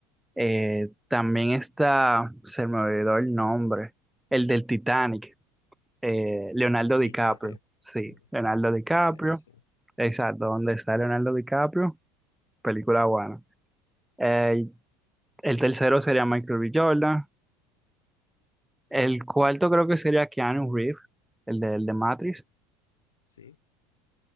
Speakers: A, in the centre; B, on the left (about 75°).
A: Eh, también está, se me olvidó el nombre, el del Titanic, eh, Leonardo DiCaprio.
B: DiCaprio.
A: Sí,
B: Bueno,
A: Leonardo DiCaprio.
B: ese es buenísimo.
A: Exacto, ¿dónde está Leonardo DiCaprio? Película buena. Eh, el tercero sería Michael B. Jordan. El cuarto creo que sería Keanu Reeves, el de, el de Matrix.
B: Sí,